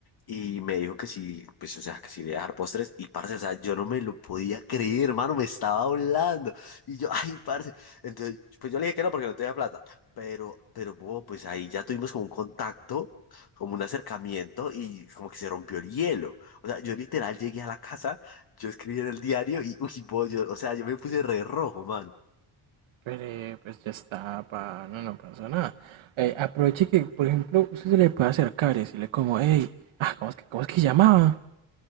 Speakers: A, on the left; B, on the right.
A: y me dijo que sí, pues, o sea, que sí le iba a dar postres, y parce, o sea, yo no me lo podía creer, hermano, me estaba hablando, y yo, ay, parce, entonces, pues yo le dije que no, porque no tenía plata, pero, pero, bo, pues ahí ya tuvimos como un contacto, como un acercamiento, y como que se rompió el hielo, o sea, yo literal llegué a la casa, yo escribí en el diario y, uy, pollo, o sea, yo me puse re rojo, mano.
B: Pero eh, pues ya está, pa, no, no pasa nada. Eh, aproveche que, por ejemplo, usted se le puede acercar y decirle como, hey, ah, ¿cómo es que, cómo es que llamaba?